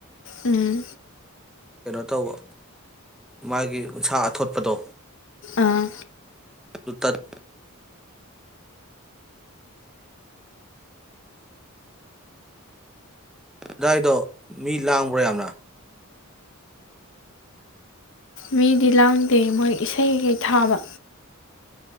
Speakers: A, on the left (about 60°); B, in the centre.
A: ꯎꯝ
B: ꯀꯩꯅꯣ ꯇꯧꯕ ꯃꯥꯒꯤ ꯎꯟꯁꯥ ꯑꯊꯣꯠꯄꯗꯣ
A: ꯑꯥ
B: ꯃꯨꯊꯠ ꯗꯥꯥꯏꯗꯣ ꯃꯤ ꯂꯥꯡꯕ꯭ꯔꯥ ꯌꯥꯝ꯭ꯔꯥ
A: ꯃꯤꯗꯤ ꯂꯥꯡꯗꯦ ꯃꯣꯏ ꯏꯁꯩꯈꯩ ꯊꯥꯕ